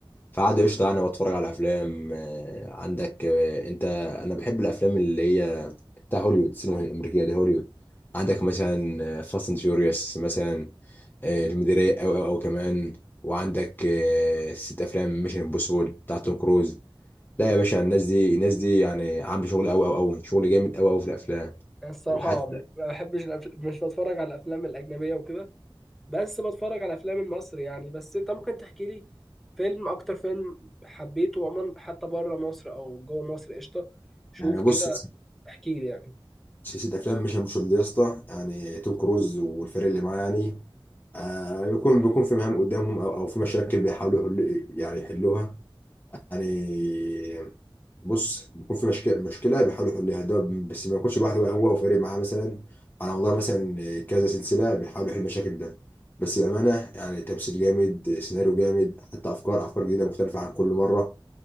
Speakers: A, on the left; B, in the centre.
A: فعادي قشطه انا بتفرج على افلام آه، عندك آه، انت انا بحب الافلام اللي هي بتاع هوليوود السينما الامريكيه دي هوليوود عندك مثلا آه، فاست اند فيوريوس مثلا آه، فيلم ده رايق او او او كمان وعندك آه، ست افلام ميشن امبوسيبل بتاع توم كروز لا يا باشا الناس دي الناس دي يعني عامله شغل قوي قوي قوي شغل جامد قوي قوي في الافلام
B: انا الصراحه
A: وحتى
B: ما ما بحبش الأف- مش بتفرج على الافلام الاجنبيه وكده بس بتفرج على الافلام المصري يعني بس انت ممكن تحكي لي فيلم اكتر فيلم حبيته عموما حتى بره مصر او جوه مصر قشطه شوف
A: يعني بص
B: كده احكي لي يعني
A: سلسله افلام مش مش دي يا اسطى يعني توم كروز والفريق اللي معاه يعني آه بيكون بيكون في مهام قدامهم او او في مشاكل بيحاولوا يحلوا يعني يحلوها يعني بص بيكون في مشك- مشكله بيحاولوا يحلوها ده بس ما يكونش لوحده بقى هو وفريق معاه مثلا على مدار مثلا كذا سلسله بيحاولوا يحلوا المشاكل ده بس بامانه يعني تمثيل جامد سيناريو جامد حتى افكار افكار جديده مختلفه عن كل مره